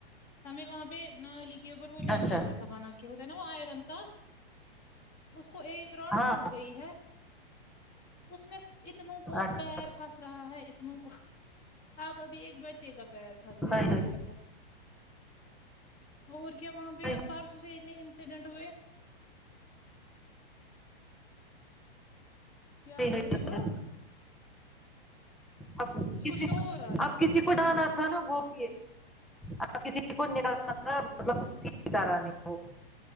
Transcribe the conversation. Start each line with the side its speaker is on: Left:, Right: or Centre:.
Left: ہمیں وہاں پہ نالی کے اوپر وہ جانگلہ
Centre: اچھا
Left: جیسا بنا کہ ہوتا ہے نا وہ آئرن کا اس کو ایک رؤڈ
Centre: ہاں
Left: ٹوٹ گئی ہے اس میں اتنوں کو
Centre: اچھا۔
Left: پیر پھنس رہا ہے اتنوں کو اب ابھی ایک ب چی کا پیر پھس گیا
Centre: ہائے
Left: بچ
Centre: ہائے
Left: اری کا اور کیا وہاں پہ
Centre: ہائے
Left: پرسوں سے اتنے انسیڈنٹ ہوئے کیا
Centre: ہائے۔
Left: بول رہی ہو
Centre: اب
Left: اس
Centre: کسی
Left: شور
Centre: کو
Left: آ رہا
Centre: اب
Left: ہے
Centre: کسی کو ڈانا تھا نا وہ بھی ہے اب کسی <unintelligible> کو مطلب ٹھیک کرانے کو